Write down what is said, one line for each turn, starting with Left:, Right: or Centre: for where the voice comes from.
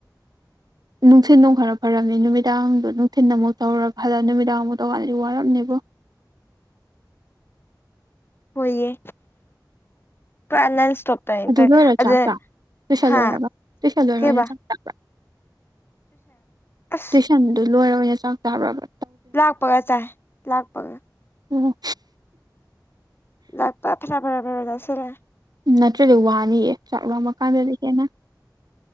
Right: ꯅꯨꯡꯊꯤꯟꯗꯣ ꯈꯔ ꯐꯔꯝꯃꯤ ꯅꯨꯃꯤꯗꯥꯡꯗꯣ ꯅꯨꯡꯊꯤꯟ ꯑꯃꯨꯛ ꯇꯧꯔ ꯐꯜꯂ ꯅꯨꯃꯤꯗꯥꯡꯃꯨ ꯇꯋꯥꯂꯤ ꯋꯥꯔꯔꯕꯅꯦꯕꯣ
Left: ꯍꯏꯌꯦ ꯀꯅ ꯊꯞꯇꯇ
Right: ꯑꯗꯨ ꯂꯣꯏꯔ
Left: ꯑꯗ
Right: ꯆꯥꯛ ꯆꯥ ꯇꯨꯏꯁꯟ
Left: ꯍꯥ
Right: ꯂꯣꯏꯔꯒ ꯇꯨꯏꯁꯟ ꯂꯣꯏꯔ
Left: ꯀꯦꯕ
Right: ꯑꯣꯏꯅ ꯆꯥꯛ ꯆꯥ
Left: ꯑꯁ
Right: ꯇꯨꯏꯁꯟꯗꯨ ꯂꯣꯏꯔ ꯑꯣꯏꯅ ꯆꯥꯛ ꯆꯥ꯭ꯔꯔꯕꯕꯥ
Left: ꯂꯥꯛꯄꯒ ꯆꯥꯏ ꯂꯥꯛꯄꯒ
Right: ꯎꯝ
Left: ꯂꯥꯛꯄ ꯐꯔꯥ ꯐꯔꯥ ꯐꯔꯁꯤꯦ
Right: ꯅꯠꯇ꯭ꯔꯗꯤ ꯋꯥꯅꯤꯌꯦ ꯆꯥꯛ ꯂꯣꯡꯃ ꯀꯥꯟꯗꯗꯤ ꯍꯦꯟꯅ